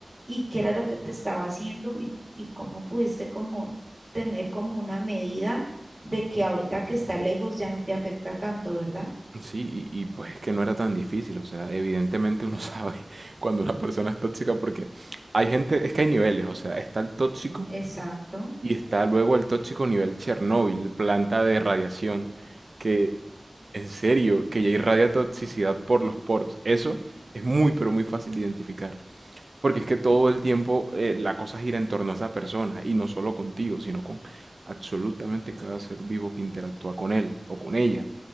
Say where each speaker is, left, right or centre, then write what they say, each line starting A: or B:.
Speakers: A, on the right; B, on the right.
A: y qué era lo que te estaba haciendo y, y cómo pudiste como tener como una medida de que ahorita que está lejos ya no te afecta tanto, ¿verdad?
B: Sí, y, y pues es que no era tan difícil, o sea, evidentemente uno sabe <laughs> cuando una persona es tóxica porque hay gente, es que hay niveles, o sea, está el tóxico
A: Exacto.
B: y está luego el tóxico nivel Chernóbil, planta de radiación, que en serio, que ya irradia toxicidad por los poros. Eso es muy, pero muy fácil de identificar, porque es que todo el tiempo eh, la cosa gira en torno a esa persona y no solo contigo, sino con absolutamente cada ser vivo que interactúa con él o con ella.